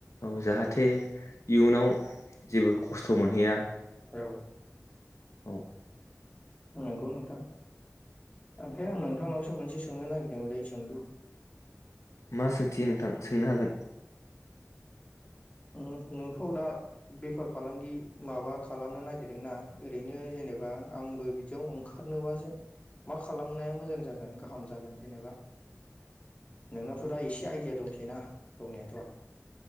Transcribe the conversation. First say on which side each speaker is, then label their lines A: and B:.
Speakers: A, on the left; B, on the left.
A: औ जाहाथे थे इयुनाव जेबो खस्थ मोनहैया
B: औ
A: औ
B: नंगौ नोंथां ओमफ्राय आं नोंथांनावसो मोनसे सोंनो नागिरदोंलै सोंलु
A: मा सोंथि नोंथां सोंनो हागोन
B: नों नोंथ दा बेफार फालांगि माबा खालामनो नागिरदोंना ओरैनो जेनेबा आंबो बिदियाव ओंखारनोबा जो मा खालामनाया मोजां जागोन गाहाम जागोन जेनेबा नोंनावथ दा एसे आइडिया दंसै ना दंनायाथ